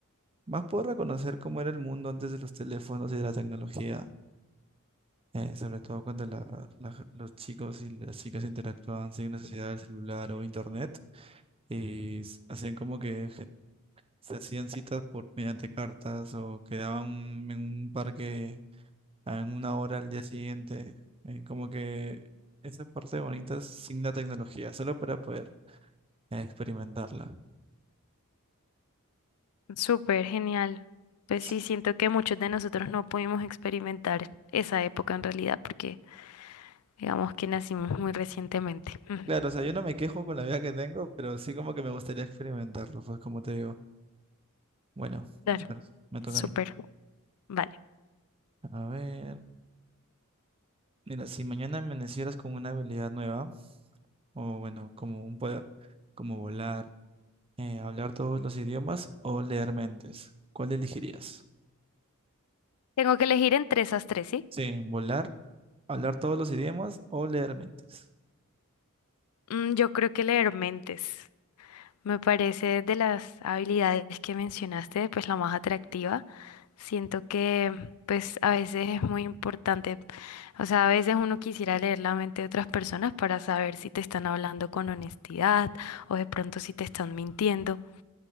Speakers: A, on the right; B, on the left.
A: Más puedo reconocer cómo era el mundo antes de los teléfonos y de la tecnología. eh, sobre todo cuando la- la- los chicos y las chicas interactuaban sin necesidad del celular o internet y s- hacían como que se hacían citas por mediante cartas o quedaban un- en un parque en una hora al día siguiente. Eh, como que esa parte bonita sin la tecnología, solo para poder eh, experimentarla.
B: Súper genial. Pues
A: Sí.
B: sí, siento que muchos de nosotros no pudimos experimentar esa época en realidad porque digamos que nacimos muy recientemente. <laughs> Ujú.
A: Claro, o sea, yo no me quejo con la vida que tengo, pero sí como que me gustaría experimentarlo, pues como te digo. Bueno,
B: Claro,
A: a ver, me toca
B: súper.
A: a mí.
B: Vale.
A: A ver, mira, si mañana amanecieras con una habilidad nueva, o bueno, como un poder, como volar, Eh, ¿hablar todos los idiomas o leer mentes? ¿Cuál elegirías?
B: Tengo que elegir entre esas tres, ¿sí?
A: Sí, volar, hablar todos los idiomas o leer mentes.
B: Mm, yo creo que leer mentes. Me parece de las habilidades que mencionaste, pues la más atractiva. Siento que pues a veces es muy importante, o sea, a veces uno quisiera leer la mente de otras personas para saber si te están hablando con honestidad o de pronto si te están mintiendo.